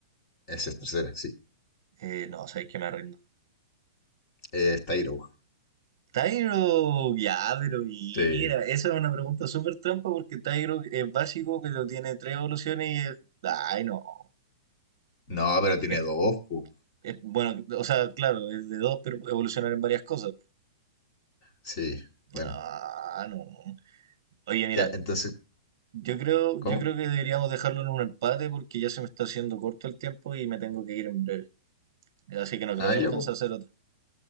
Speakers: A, on the left; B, on the right.
A: Esa es tercera, sí.
B: Eh, no, sabéis que me rindo.
A: Eh, es Tyrogue.
B: Tyro, ya, pero mira,
A: Sí.
B: esa es una pregunta súper trampa porque Tyro es básico, pero tiene tres evoluciones y es... Ay, no.
A: No, pero
B: Es-
A: tiene dos, pues.
B: es- bueno, o sea, claro, es de dos, pero puede evolucionar en varias cosas.
A: Sí, bueno.
B: Ah, no. Oye, mira,
A: Ya, entonces,
B: yo creo,
A: ¿cómo?
B: yo creo que deberíamos dejarlo en un empate porque ya se me está haciendo corto el tiempo y me tengo que ir en breve. Así que no
A: Ah,
B: creo que
A: ya,
B: alcance
A: pues.
B: a hacer otra.